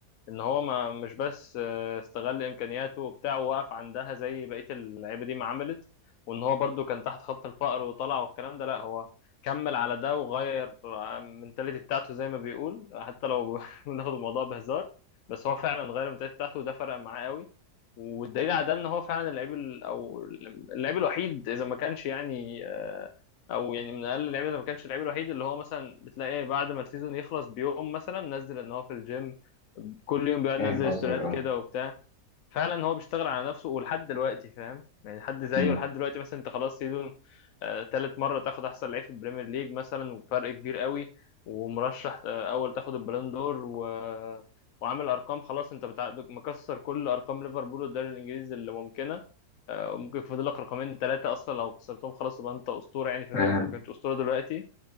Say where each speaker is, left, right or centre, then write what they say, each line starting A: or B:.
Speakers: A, on the left; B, on the left.
A: ان هو ما مش بس آه، استغل امكانياته وبتاع ووقف عندها زي بقيه اللعيبه دي ما عملت وان هو برضو كان تحت خط الفقر وطلع والكلام ده لا هو كمل على ده وغير المنتاليتي بتاعته زي ما بيقول حتى لو <laughs> بناخد الموضوع بهزار بس هو فعلا غير المنتاليتي بتاعته وده فرق معاه قوي والدليل على ده ان هو فعلا اللعيب ال- او اللعيب الوحيد اذا ما كانش يعني آه، او يعني من اقل اللعيبه اذا ما كانش اللعيب الوحيد اللي هو مثلا بتلاقيه بعد ما السيزون يخلص بيوم مثلا نزل ان هو في الجيم كل يوم بيقعد
B: فاهم
A: ينزل
B: قصدك
A: ستوريات
B: اه
A: كده وبتاع فعلا هو بيشتغل على نفسه ولحد دلوقتي فاهم يعني حد زيه
B: أمم.
A: لحد دلوقتي مثلا انت خلاص سيزون آه تالت مرة تاخد احسن لعيب في البريمير ليج مثلا وفرق كبير قوي ومرشح آه اول تاخد البالون دور و... وعامل ارقام خلاص انت بتع... مكسر كل ارقام ليفربول والدوري الانجليزي اللي ممكنة آه وممكن يفضل لك رقمين ثلاثة اصلا لو كسرتهم خلاص يبقى انت اسطورة يعني في
B: فاهم
A: النادي اذا ما كنتش اسطورة دلوقتي